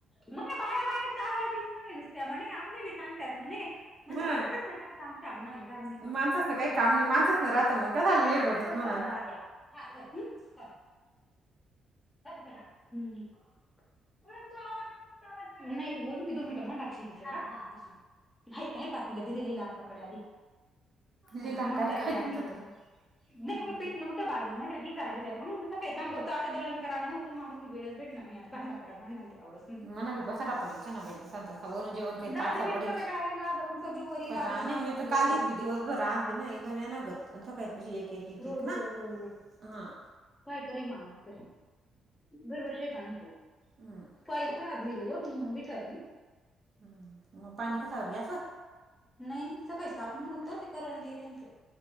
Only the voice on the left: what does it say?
म्हणे बाया बायात जावळतीस म्हणे, नुसत्या म्हणे आंमले बी सांगतात म्हणे. म्हणते
माणसास ना काय काम शामना घरमध्ये
हा
व्हय
आम्हाला दोन
चार
वडा द्या. हा बर, हम्म, <unintelligible> हम्म. <unintelligible> नाही दोन मिनिटं <unintelligible> हे हे पातीलं दी दिलेलं अक्काकडे आधी,
मग
जाय
त्या
आंटीकडं
<unintelligible>
नाही व पीठ नव्हतं, बाजी <unintelligible> सकाळी सांग होतं आता दळण करां न. तर माझं न वेळचं भेटणार नाही आता, भांड पडत भांडण ते आवंडस.
जाऊ
दे बाई
नुसतं कटाळाही लागत नुसतं जीववरही
लागत
माणूस
म्हणजे
शेक
रोज
रोज
रोज रोज
काय करय माणूस तरी दरवर्षी एक आणतो.
फाईल खराब होईल ओ वीटरणी.
नाही, नाही. सकाळी स्थापना होत, ते करण दि राहिते.